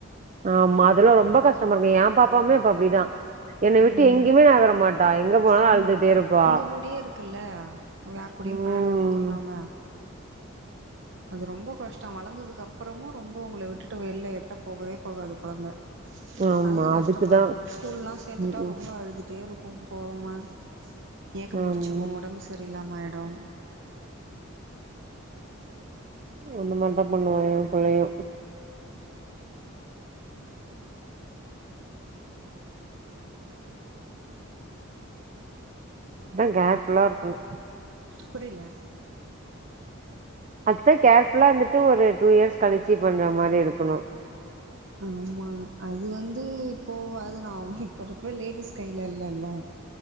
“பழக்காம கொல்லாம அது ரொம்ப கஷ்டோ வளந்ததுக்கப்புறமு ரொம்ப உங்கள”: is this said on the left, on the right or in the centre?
Right